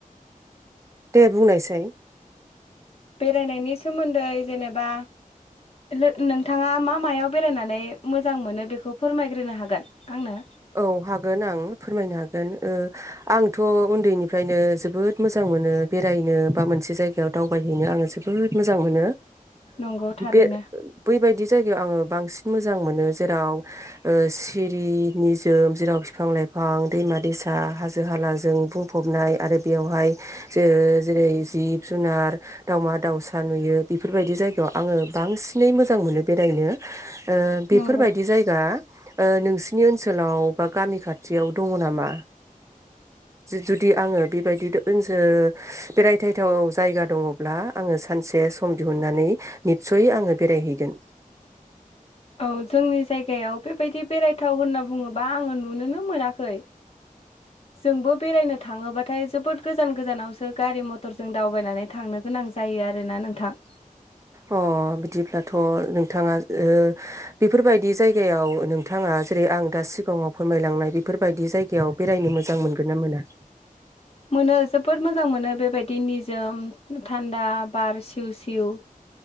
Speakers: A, on the right; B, on the left.
A: दे बुंनायसै
B: बेरायनायनि सोमोन्दै जेनेबा नोंथाङा मा मायाव बेरायनानै मोजां मोनो बेखौ फोरमायग्रोनो हागोन आंनो
A: औ हागोन आं फोरमायनो हागोन आंथउन्दैनिफ्रायनो जोबोद मोजां मोनो बेरायनो बा मोनसे जायगायाव दावबायहैनो आङो जोबोद मोजां मोनो।
B: नंगौ थारैनो
A: बे बैबायदि जायगायाव आङो बांसिन मोजां मोनो जेराव ओ सिरि निजोम जेराव बिफां लाइफां दैमा दैसा हाजो हालाजों बुंफबनाय आरो बेवहाय ज जेरै जिब जुनार दाावमा दाउसा नुयो बेफोरबायदि जायगायाव आङो बांसिनै मोजां मोनो बेरायनो ओ बेफोरबायदि
B: नंगौ
A: जायगा ओ नोंसि नि ओनसोलाव बा गामि खाथियाव दङ नामा जुदि आङो बेबायदि ओनस बेरायथायथाव जायगा दङब्ला आङो सानसे सम दिहुनन्नानै नितसयै आङो बेरायहैगोन
B: औ जोंनि जायगायाव बेबायदि बेरायथाव होनना बुङोबा आङो नुनोनो मोनाखै जोंबो बेरायनो थाङोबाथाय जोबोद गोजान गोजानावसो गारि मथरजों दावबायनानै थांनो गोनां जायो आरोना नोंथां
A: अ बिदिब्लाथ' नोंथाङा बेफोरबायदि जायगायाव नोंथाङा जेरै आं दा सिगाङाव फोरमायलांनाय बेफोरबायदि जायगायाव बेरायनो मोजां मोनगोन ना मोना?
B: मोनो जोबोद मोजां मोनो बेबायदि निजोम थान्दा बार सिउ सिउ